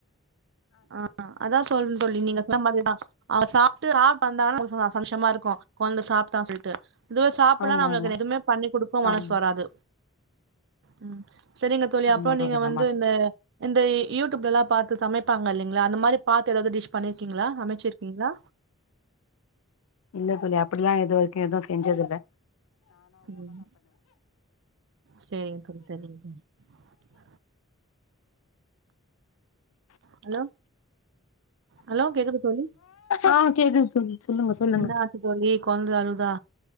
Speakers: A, on the right; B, on the left.
A: ஆஹ அதான் சொல்லுன்னு சொல்லி நீங்க சொ மாதிரிதா ஆ சா ஆ வந்தாலு சந்தோஷமா இருக்கும் குழந்த சாப்பிட்டான்னு சொல்லிட்டு இதுவே சாப்பிடலாம்
B: ஆமா
A: நம்மளுக்கு
B: ஆமா
A: எதுவுமே பண்ணி கொடுக்கும் மனசு
B: ஆமா
A: வராது உம் சரிங்க தோழி
B: ஆமா
A: அப்புறம் நீங்க
B: ஆமா
A: வந்து
B: தோழி
A: இந்த இந்த யூடியூப்ல எல்லாபார்த்து சமை இல்லலைா அந்த மாதிரி பாத்து ஏதாவது டிஷ் பண்ணிருக்கீங்களா அமைச்சிருக்கீங்களா
B: இல்ல தோழி அப்டில்லா எது வரைக்கு எதுவும் செஞ்சது இல்ல
A: உம் சரிங் <unintelligible> ஹலோ ஹலோ கேக்குது தோழி
B: ஆஹ் கேகுது சொல்லுங்க சொல்லுங்க
A: என்ன ஆச்சு தோழி கொழந்த அழுதா